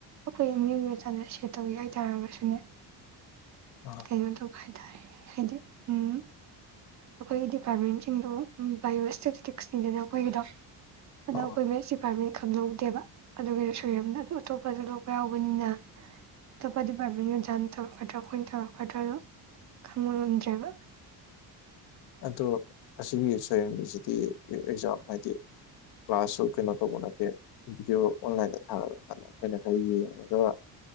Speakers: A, on the right; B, on the left.
A: ꯑꯈꯣꯏ <unintelligible> ꯁꯦꯠ ꯇꯧꯋꯦ ꯍꯥꯏꯇꯥꯔꯒꯁꯨꯅꯦ
B: ꯑ
A: ꯀꯩꯅꯣ ꯇꯧꯕ ꯍꯥꯏꯇꯥꯔꯦ ꯍꯥꯏꯗꯤ ꯎꯝ ꯑꯈꯣꯏꯒꯤ ꯗꯤꯄꯥꯔꯠꯃꯦꯟꯁꯤꯡꯗꯣ ꯎꯝ ꯕꯥꯏꯑꯣꯑꯦꯁ ꯁ꯭ꯇꯦꯇꯤꯛꯁꯅꯤꯗꯅ ꯑꯈꯣꯏꯒꯤꯗꯣ ꯑꯗꯈꯣꯏ
B: ꯑꯣ
A: ꯃꯦꯁꯤꯞ ꯄꯔꯃꯤꯠ <unintelligible> ꯗꯦꯕ ꯑꯗꯨꯒꯤ ꯁꯣ <unintelligible> ꯑꯗꯨ ꯑꯇꯣꯞꯄꯁꯨ ꯂꯧꯕ ꯌꯥꯎꯕꯅꯤꯅ ꯑꯇꯣꯞꯄ ꯗꯤꯄꯔꯥꯠꯃꯦꯟꯗ ꯑꯣꯖꯥ <unintelligible> <unintelligible> ꯇꯥꯔꯛꯀꯗ꯭ꯔꯥꯅ ꯈꯪꯕ ꯉꯝꯗ꯭ꯔꯦꯕ
B: ꯑꯗꯣ ꯑꯁꯤꯒꯤ ꯁꯣꯌꯝꯒꯤꯁꯤꯗꯤ ꯑꯦꯛꯖꯥꯝ ꯍꯥꯏꯗꯤ ꯀ꯭ꯂꯥꯁꯁꯨ ꯀꯩꯅꯣ ꯇꯧꯕ ꯅꯠꯇꯦ ꯚꯤꯗꯤꯑꯣ ꯑꯣꯟꯂꯥꯏꯟꯗ ꯊꯥ <unintelligible> ꯑꯩꯈꯣꯏꯅ ꯈꯔ ꯌꯦꯡꯉꯒ